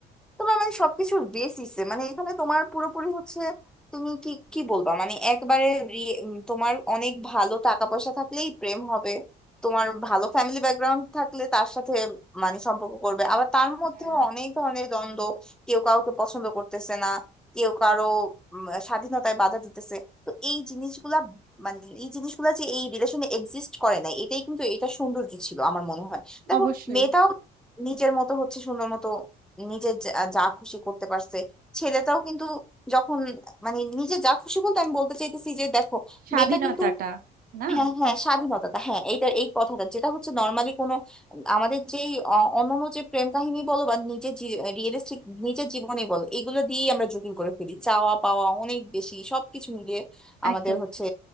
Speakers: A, in the centre; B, on the right (about 60°).
A: তোমার মানে সবকিছুর বেসিসে মানে এখানে তোমার পুরোপুরি হচ্ছে তুমি কি কি বলবা মানে একবারে রি- উম, তোমার অনেক ভালো টাকা পয়সা থাকলেই প্রেম হবে তোমার ভালো ফ্যামিলি ব্যাকগ্রাউন্ড থাকলে তার সাথে মানে সম্পর্ক করবে আবার তার মধ্যেও
B: হ্যাঁ
A: অনেক ধরনের দ্বন্দ্ব কেউ কাউকে পছন্দ করতেছে না কেউ কারো উম, স্বাধীনতায় বাধা দিতেছে তো এই জিনিসগুলা মানে এই জিনিসগুলা যে এই রিলেশনে এক্সিস্ট করে না এটাই কিন্তু এটা সৌন্দর্য ছিল আমার মনে হয় দেখো
B: অবশ্যই
A: মেয়েটাও নিজের মতো হচ্ছে সুন্দর মতো নিজে যা যা খুশি করতে পারছে ছেলেটাও কিন্তু যখন মানে নিজে যা খুশি বলতে আমি বলতে চাইতেছি যে দেখো
B: স্বাধীনতাটা
A: মেয়েটা কিন্তু
B: না
A: হ্যাঁ হ্যাঁ স্বাধীনতাটা হ্যাঁ এইটার এই কথাটা যেটা হচ্ছে নর্মালি কোনো আমাদের যেই অ- অন্যান্য যে প্রেম কাহিনী বলো বা নিজের রিয়েলিস্টিক নিজের জীবনে বলো এগুলো দিয়েই আমরা জটিল করে ফেলি চাওয়া পাওয়া অনেক বেশি সবকিছু মিলিয়ে আমাদের
B: একদমই
A: হচ্ছে